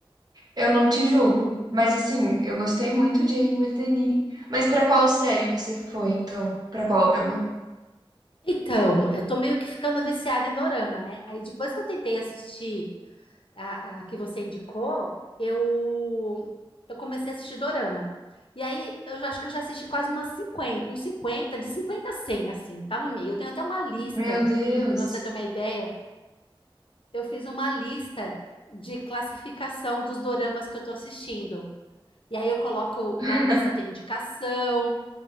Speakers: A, on the right; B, on the left.
A: Eu não te julgo, mas assim, eu gostei muito de Anne with an E. Mas pra qual série você foi, então? Pra qual drama?
B: Então, eu tô meio que ficando viciada em Dorama, né? Aí depois que eu tentei assistir a, a que você indicou, eu, eu comecei a assistir Dorama. E aí, eu já- acho que eu já assisti quase umas 50, uns 50 de 50 a 100, assim, tá no meio. Eu tenho até uma lista,
A: Meu Deus.
B: para você ter uma ideia. Eu fiz uma lista de classificação dos doramas que eu tô assistindo. E aí, eu coloco
A: <laughs>
B: na lista, tem indicação.